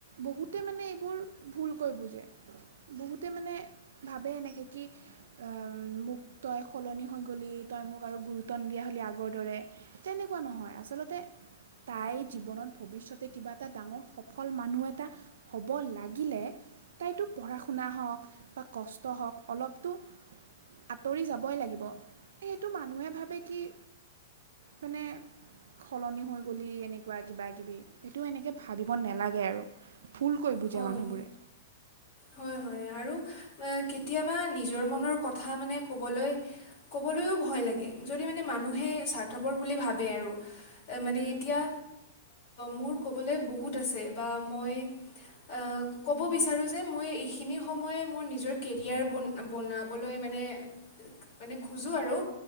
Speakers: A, on the right (about 70°); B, on the left (about 50°).
A: বহুতে মানে এইবোৰ ভুলকৈ বুজে। বহুতে মানে ভাবে এনেকে, কি আহ, এম মোক তই সলনি হৈ গ'লি, তই মোক আৰু গুৰুত্ব নিদিয়া হ'লি আগৰ দৰে। তেনেকুৱা নহয়, আচলতে তাই জীবনত ভৱিষ্যতে কিবা এটা ডাঙৰ সফল মানুহ এটা হ'ব লাগিলে তাইতো পঢ়া শুনা হওঁক বা কষ্ট হওঁক, অলপতো আঁতৰি যাবই লাগিব, সেইটো মানুহে ভাবে কি মানে, সলনি হৈ গ'ল এনেক এনেকুৱা কিবা কিবি, এইটো এনেকৈ ভাবিব নালাগে আৰু ভুলকৈ বুজে
B: হয়
A: মানুহবোৰে।
B: হয়, হয় আৰু কেতিয়াবা নিজৰ মনৰ কথা মানে ক'বলৈ ক'বলৈও ভয় লাগে, যদি মানে মানুহে স্বাৰ্থপৰ বুলি ভাবে আৰু। মানে এতিয়া মোৰ ক'বলৈ বহুত আছে বা মই এ ক'ব বিচাৰো যে মই এইখিনি সময়ে মোৰ নিজৰ কেৰিয়াৰ বনা-বনাবলৈ মানে মানে খোজোঁ আৰু,